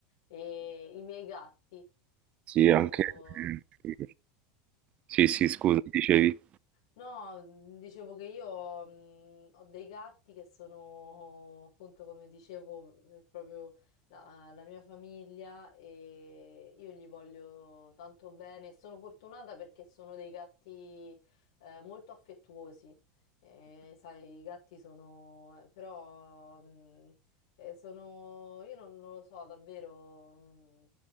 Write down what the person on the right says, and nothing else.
Sì,
anche... eh, Sì, sì, scusa, dicevi.